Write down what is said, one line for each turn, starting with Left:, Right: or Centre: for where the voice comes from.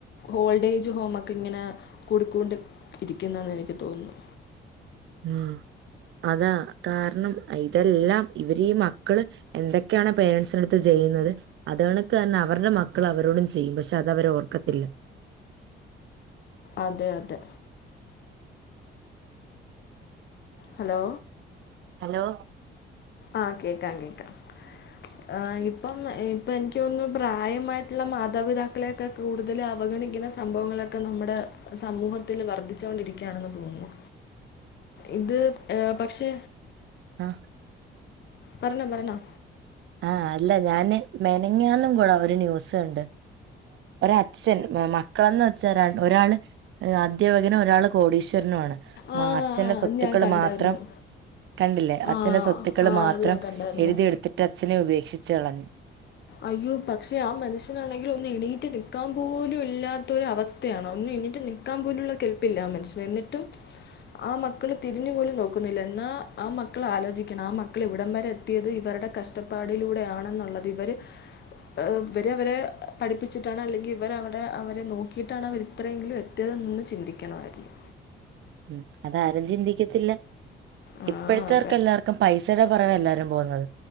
Left: ഓൾഡജ് ഹോമ ക്കെ ഇങ്ങനകുടി ക്കൊണ്ട് ഇരിക്കുന്നെന്ന് എനിക്ക് തോന്നുന്ന
Right: ഉം അതാ കാരണം ഇതെല്ലാം ഇവര് ഈ മക്കള് എന്തൊക്കെയാണ് പേരൻസിനടുത്ത് ചെയ്യുന്നത് അത ണക്ക തന്നെ അവരുടെ മക്കൾ അവരോടും ചെയ്യും പക്ഷെ അത് അവരെ ഓർക്കത്തില്ല
Left: അതെ അതെ ഹലോ
Right: ഹലോ
Left: ആഹ് കേക്കാം കേക്കാം ആ ഇപ്പം ഇപ്പൊ എനിക്ക് തോന്നുന്നു പ്രായമായിട്ടുള്ള മാതാപിതാക്കളെൊക്കെ കൂടുതൽ അവഗണിക്കുന്ന സംഭവങ്ങളൊക്കെ നമ്മുടെ സമൂഹത്തിൽ വർദ്ധിച്ചുകൊണ്ടിരിക്കും ണെന്ന് തോന്നുന്നു ഇത് ഏ പക്ഷെ
Right: ആഹ
Left: പറഞ്ഞോ പറഞ്ഞോ
Right: ആഹ അല്ല ഞാന് മെനഞ്ഞാന്ന് കൂടെ ഒരു ന്യൂസ് കണ്ടു അച്ഛൻ മക്കളെന്ന് വെച്ചാ ഒരാൾ അധ്യാപകനും ഒരാൾ കോടീശ്വരനുമാണ് അച്ഛൻ
Left: ആ ആ
Right: അച്ഛന്റെ സ്വത്തുക്കള്
Left: അത് ഞാൻ കണ്ടായിരുന്നു
Right: മാത്രം കണ്ടില്ലേ അച്ഛന്റെ
Left: ആ
Right: സ്വത്തുക്കള്
Left: ആ
Right: മാത്രം
Left: അത് ഞാൻ കണ്ടായിരുന്നു
Right: എഴുതി എടുത്തിട്ട് അച്ഛനെ ഉപേക്ഷിച്ച് കളഞ്ഞു
Left: അയ്യോ പക്ഷെ ആ മനുഷ്യനാണെങ്കിൽ ഒന്ന് എണീറ്റ് നിൽക്കാൻ പോലും ഇല്ലാത്തൊരു അവസ്ഥ ഒന്ന്‌ എണിറ്റ് നൽക്കാൻ പോലുള്ള കെൽപ്പ്ല്ലആ മനു ഷൻ എന്നിട്ടും ആ മക്കള് തിരിഞ്ഞു പോലും നോക്കുന്നില്ല എന്നാ ആ മക്കള് ആലോചിക്കണം ആ മക്കൾ ഇവിടം വരെ എത്തി യത് ഇവരുടെ കഷ്ടപ്പാടിലൂടെയാണെന്നുള്ളത് ഇവർ ഇവര് അ വരെ പഠിപ്പിച്ചിട്ടാണ് അല്ലെങ്കിൽ ഇവരടെ അവരെ നോക്കിയിട്ടാണ് അവരെ ഇത്രയെങ്കിലും എത്തിയത്എന്ന് ചിന്തിക്കണമായിരുന്നു
Right: ഉം അതാരും ചിന്തിക്കത്തില്ല
Left: ആ
Right: ഇപ്പോഴത്തെേർക്ക്
Left: അതെ
Right: എല്ലാവർക്കും പൈസയുടെ പൊറകെഎല്ലാവരും പോകുന്നത്